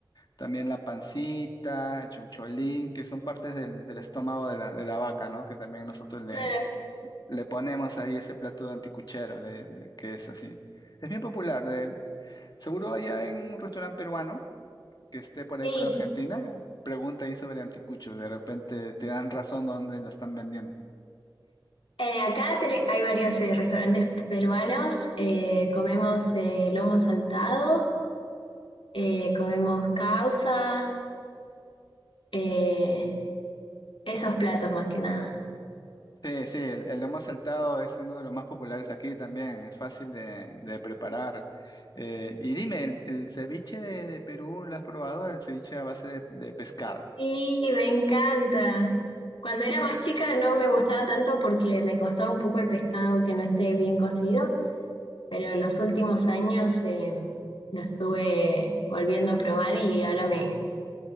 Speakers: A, on the left; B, on the left.
A: también la pancita, el choncholín, que son partes del, del estómago de la, de la vaca, ¿no? Que también nosotros le,
B: claro,
A: le ponemos ahí ese plato de anticuchero, le- le- que es así. Es bien popular. de- seguro allá en un restaurante peruano que esté por
B: sí.
A: ahí por Argentina, pregunta ahí sobre anticuchos. De repente te dan razón dónde lo están vendiendo.
B: Eh, acá te- hay varios eh, restaurantes peruanos, eh, comemos eh, lomo saltado eh, comemos causa, eh, esos platos más que nada.
A: Sí, sí, el, el lomo saltado es uno de los más populares aquí también, es fácil de, de preparar. Eh, y dime, ¿el, el ceviche de, de Perú lo has probado? El ceviche a base de, de pescado.
B: Y me encanta. Cuando era más chica no me gustaba tanto porque me costaba un poco el pescado que no esté bien cocido, pero en los últimos años eh, lo estuve volviendo a probar y ahora me